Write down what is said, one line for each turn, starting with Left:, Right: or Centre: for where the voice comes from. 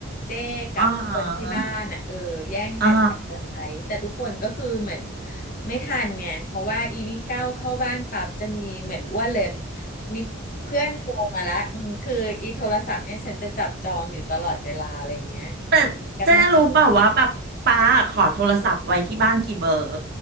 Left: เจ้กับคนที่บ้านอ่ะเออแย่งกันแบบจะใช้แต่ทุกคนก็คือเหมือน
Right: อ๋ออ๋อ
Left: ไม่ทันไงเพราะว่าอีนี่เก้าวเข้าบ้านปั๊บจะมีเหมือนอ้วนเลยมีเพื่อนโทรมาละอืมคืออีโทรศัพท์เนี่ยฉันจะจับจองอยู่ตลอดเวลาอะไรอย่างเงี้ยอืมกระทั่งตอนหลัง
Right: แต่เจ๊รู้เปล่าว่าแบบป้าขอโทรศัพท์ไว้ที่บ้านกี่เบอร์